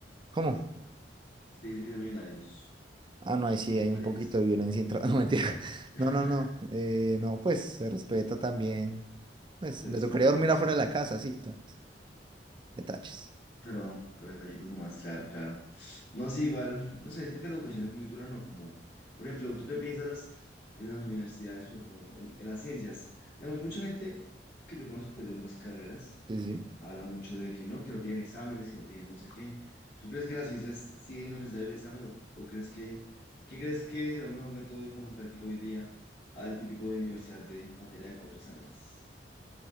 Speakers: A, on the right; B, on the left.
A: ¿Cómo?
B: si te dice que es de millonarios,
A: Ah, no, ahí sí
B: ¿no aceptarías?
A: hay un poquito de violencia intra... <laughs> No, mentira.
B: <laughs>
A: No, no, no. eh, no, pues se respeta también. Pues
B: Se
A: le
B: respeta,
A: tocaría dormir
B: se respeta.
A: afuera de la casa, sí, claro. Detalles.
B: pero, pero detallitos nomás, claro, claro. No, sí, igual, no sé, siento que la educación es muy dura, ¿no? Como, por ejemplo, ¿tú qué piensas en las universidades, por ejemplo, en, en las ciencias? Digamos, mucha gente que yo conozco, pues, de otras carreras,
A: Sí, sí.
B: habla mucho de que no, que no tienen exámenes, que no tienen no sé qué. ¿Tú crees que en las ciencias sigue siendo necesario el examen o, o crees que, qué crees que será un mejor método de cómo se califica hoy día al típico de universidad de materia de cuatro exámenes?